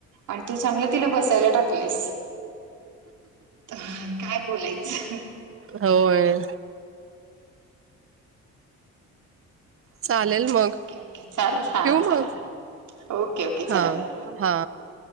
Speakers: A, on the right (about 75°); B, on the right (about 45°).
A: आणि तू चांगलं तिला बसायला टाकलस. त काय बोलायचं?
B: होय चालेल
A: ओके
B: मगं
A: ओके चालेल हा
B: ठेऊ
A: चला
B: मगं.
A: ओके ओके चला
B: हा
A: बाय
B: हा